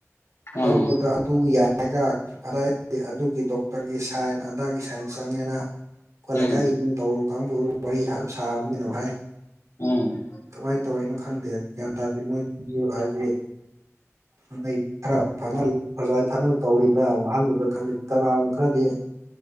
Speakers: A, on the left (about 70°); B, on the right (about 75°).
A: ꯎꯝ
B: ꯂꯧꯕꯗ ꯑꯗꯨ ꯌꯥꯏꯌꯦꯒ ꯑꯗꯥꯏꯒꯤ ꯑꯗꯨꯒꯤ ꯗꯣꯛ ꯇꯔꯒꯤ ꯁꯥꯏꯟ ꯑꯗꯥꯒꯤ ꯁꯥꯏꯟ ꯆꯪꯉꯦꯅ ꯈꯣꯏ ꯂꯩꯀꯥꯏꯒꯤ
A: ꯎꯝ
B: ꯃꯤ ꯇꯧꯔꯨ ꯀꯥꯡꯕꯨ ꯋꯥꯔꯤ <unintelligible> ꯁꯥꯕ ꯃꯤꯅꯃꯨꯛ ꯍꯥꯏ
A: ꯑ
B: ꯀꯃꯥꯏ ꯇꯧꯔꯤꯅꯣ ꯈꯪꯗꯦ ꯒ꯭ꯌꯥꯟ ꯇꯥꯗꯤ ꯃꯣꯏꯁꯤꯖꯨ ꯍꯥꯏꯗꯤ ꯎꯝ ꯑꯩ ꯈꯔ ꯐꯅꯜ ꯄ꯭ꯔꯖꯥꯏ ꯐꯅꯕ ꯇꯧꯔꯤꯕ꯭ꯔꯥ ꯋꯥꯍꯟꯂꯤꯕ꯭ꯔꯥ ꯈꯪꯗꯦ ꯀꯅꯥꯒꯨꯝ ꯈꯔꯗꯤ ꯑꯥ